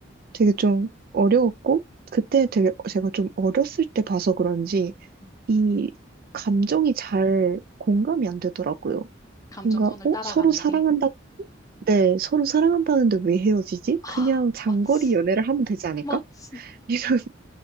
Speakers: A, on the right; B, on the left.
A: 되게 좀 어려웠고, 그때 되게 제가 좀 어렸을 때 봐서 그런지,
B: 음,
A: 이 감정이 잘 공감이 안 되더라고요.
B: 감정선을
A: 뭔가, 어,
B: 따라가는
A: 서로 사랑한다,
B: 게
A: 네, 서로 사랑한다는데 왜 헤어지지?
B: 아,
A: 그냥 장거리
B: 맞지.
A: 연애를 하면 되지 않을까?
B: 맞지.
A: <laughs> 이런